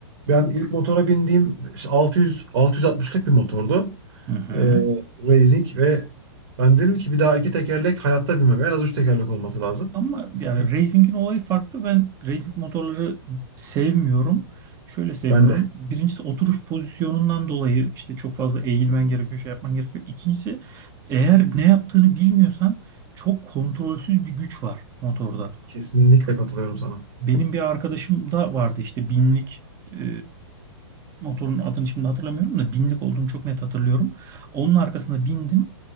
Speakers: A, on the right; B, on the right.
A: Ben ilk motora bindiğim işte 600 660'lık bir motordu.
B: Hı hı.
A: Ee, Racing ve ben dedim ki bir daha iki tekerlek hayatta binmem. En az üç tekerlek olması lazım.
B: Ama yani
A: Çünkü
B: racing'in olayı farklı. Ben racing motorları sevmiyorum. Şöyle sevmiyorum.
A: Ben de
B: Birincisi oturuş pozisyonundan dolayı işte çok fazla eğilmen gerekiyor, şey yapman gerekiyor. İkincisi eğer ne yaptığını bilmiyorsan çok kontrolsüz bir güç var motorda.
A: kesinlikle katılıyorum sana.
B: Benim bir arkadaşım da vardı işte binlik e, motorun adını şimdi hatırlamıyorum da binlik olduğunu çok net hatırlıyorum. Onun arkasına bindim.